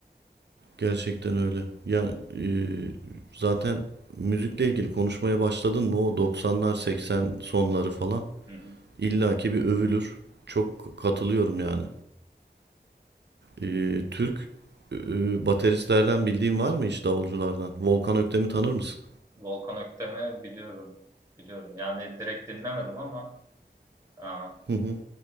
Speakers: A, on the right; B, on the right.
A: gerçekten öyle. Ya e, zaten müzikle ilgili konuşmaya başladın mı o 90'lar 80 sonları falan
B: Hı hı.
A: illaki bir övülür. Çok katılıyorum yani. E, Türk e, bateristlerden bildiğin var mı hiç davulculardan? Volkan Öktem'i tanır mısın?
B: Volkan Öktem'i biliyorum. Biliyorum. Yani direkt dinlemedim ama e,
A: Hı hı.